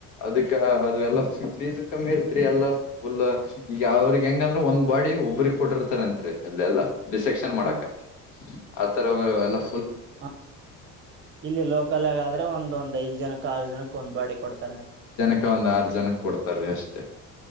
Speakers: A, on the left; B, on the right.
A: ಅದಕ್ಕೆ- ದು ಎಲ್ಲ ಫೀಸ್ ಕಮ್ಮಿ ಇರ್ತರಿ ಎಲ್ಲಾ ಫುಲ್ ಅವ್ರಿಗೆ ಹೆಂಗಂದ್ರೆ ಒಂದ್ ಬಾಡಿ ಒಬ್ರಗ್ ಕೊಟ್ಟಿರ್ತ. ಅಲ್ಲಿ ಎಲ್ಲ ಡಿಸಕ್ಷನ್ ಮಾಡಕ
B: ಹ
A: ಆತರ ಆ ಆ
B: ಹ ಇಲ್ಲಿ ಲೋಕಲ್ ಗಾದ್ರೆ ಒಂದೊಂದ್ ಐದ್ ಜನಕ್ ಆರು ಜನಕ್ ಕೊಂದ್ ಬಾಡಿ ಕೊಡ್ತಾರ ಅಂತ.
A: ಅ ಒಂದ್ ಆರು ಜನ ಕೊಡ್ತಾರೀ ಅಷ್ಟೇ